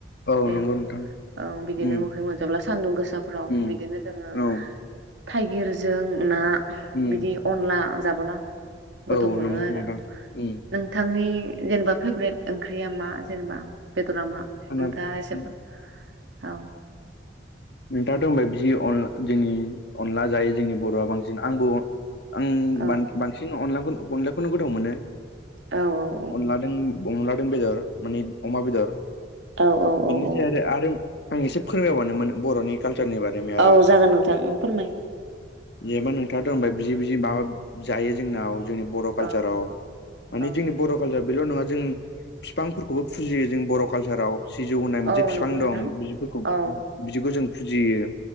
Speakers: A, on the left (about 65°); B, on the right (about 85°).
A: औ
B: दे
A: नंगौ नोंथां
B: ओं बिदिनो
A: उम
B: मोखै मोनजाब्ला सानदुं गोसाफ्राव
A: उम
B: बिदिनो जोङो
A: औ
B: थाइगिरजों ना
A: उम
B: बिदि अनला जाबोला गोथाव
A: औ
B: मोनो
A: नंगौ
B: आरो
A: नोंथां उम
B: बिथांनि जेनेबा फेभ्रेट ओंख्रिया मा जेनेबा बेदरा मा
A: आंना अ
B: दा एसेबो औ
A: नोंथाङाथ' होनबाय बिदि अन जोंनि अनला जायो जोंनि बर'आ बांसिन आंबो आं
B: औ
A: बांसिन अनला अनलाखौनो गोथाव मोनो
B: औ औ औ
A: अनलादों अनलादों बेदर मानि अमा बेदर
B: औ
A: बिनोसै
B: औ औ
A: आरो आं एसे फोरमायबानोमोन बर'नि कालसारनि बारै आरो
B: औ जागोन नोंथां फोरमाय
A: जेनेबा नोंथाङाथ' होना बि बि माबा जायो जोंनाव जोंनि बर' कालचाराव
B: औ
A: मानिे
B: औ
A: जोंनि बर' कालचार बेल' नङा जों बिफांफोरखौबो फुजियो जों बर' कालसार ससाराव सिजौ होननाय मोनसे
B: औ
A: बिफां
B: नंगौ नोंथां
A: दं बिफोरखौ
B: औ
A: बिदिखौ जों फुजियो